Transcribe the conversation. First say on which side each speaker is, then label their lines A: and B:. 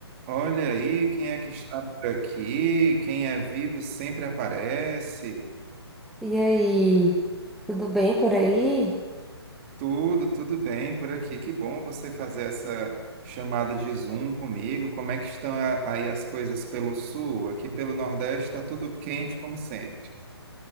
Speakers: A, on the right; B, in the centre.
A: Olha aí quem é que está por aqui, quem é vivo sempre aparece.
B: E aí, tudo bem por aí?
A: Tudo, tudo bem por aqui. Que bom você fazer essa chamada de Zoom comigo. Como é que estão a- aí as coisas pelo sul? Aqui pelo Nordeste está tudo quente como sempre.